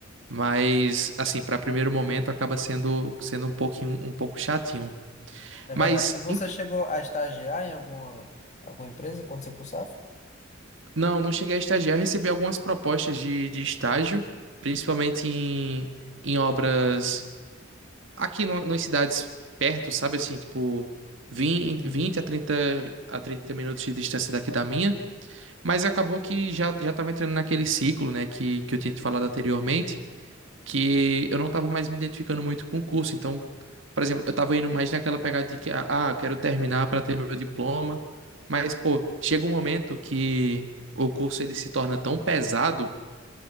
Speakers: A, on the right; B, on the left.
A: mas, assim, para primeiro momento acaba sendo, sendo um pouquinho, um pouco chatinho.
B: É verdade.
A: Mas,
B: E você
A: ent-
B: chegou a estagiar em alguma, alguma empresa quando você cursava?
A: não, não cheguei a estagiar, eu recebi algumas propostas de, de estágio, principalmente em, em obras aqui no, nas cidades perto, sabe assim, tipo vinte
B: Uhum,
A: 20 a trinta a trinta minutos de distância daqui da minha, mas acabou que já, já tava entrando naquele ciclo, né, que, que eu tinha te falado anteriormente, que eu não tava mais me identificando muito com o curso, então, por exemplo, eu tava indo mais naquela pegada de que, ah, ah, eu quero terminar para ter meu diploma, mas, pô, chega um momento que o curso ele se torna tão pesado